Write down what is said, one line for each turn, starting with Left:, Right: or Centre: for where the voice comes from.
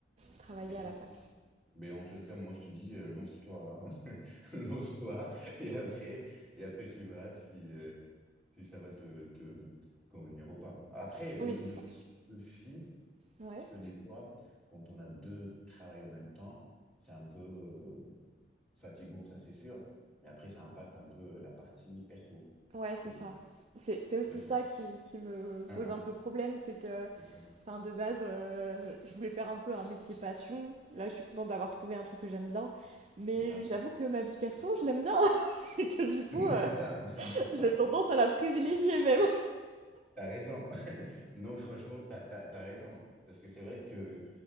Right: travailler
Centre: Effectivement.
Right: à la fac.
Centre: Mais en tout cas, moi, je te dis, euh, lance-toi, hein. <laughs> Lance-toi, et après, et après, tu verras si, euh, si ça va te, te convenir ou pas. Après, le,
Right: Oui,
Centre: le
Right: c'est ça.
Centre: petit souci,
Right: Ouais,
Centre: c'est que des fois, quand on a deux travails en même temps, c'est un peu euh, fatigant, ça c'est sûr, mais après, ça impacte un peu la partie perso.
Right: ouais, c'est
Centre: Donc,
Right: ça. C'est c'est aussi
Centre: c'est vrai qu'on...
Right: ça qui, qui me
Centre: Hein,
Right: pose
Centre: hein,
Right: un peu problème, c'est que
Centre: c'est ça,
Right: Enfin, de base, euh, je voulais faire un peu un métier passion. Là, je suis contente d'avoir trouvé un truc que j'aime bien. Mais
Centre: c'est ça.
Right: j'avoue que ma vie perso, je l'aime bien. <laughs> Et que
Centre: <laughs>
Right: du coup,
Centre: Mais
Right: euh,
Centre: c'est ça, mais c'est important.
Right: j'ai tendance à la privilégier même.
Centre: T'as raison. <laughs> Non, franchement, t'as, t'as, t'as raison. Parce que c'est vrai que